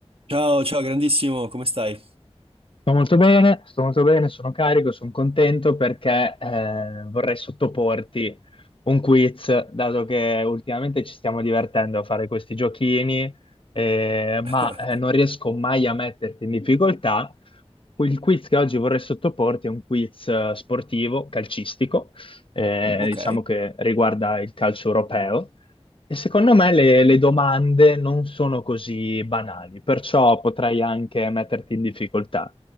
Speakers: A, on the right; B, on the left.
A: Ciao, ciao, grandissimo, come stai?
B: Sto molto bene, sto molto bene, sono carico, sono contento perché eh, vorrei sottoporti un quiz, dato che ultimamente ci stiamo divertendo a fare questi giochini, eh,
A: <laughs>
B: ma eh, non riesco mai a metterti in difficoltà. Il quiz che oggi vorrei sottoporti è un quiz eh, sportivo, calcistico, eh,
A: Ok,
B: diciamo che riguarda il calcio europeo. E secondo me le, le domande non sono così banali, perciò potrei anche metterti in difficoltà.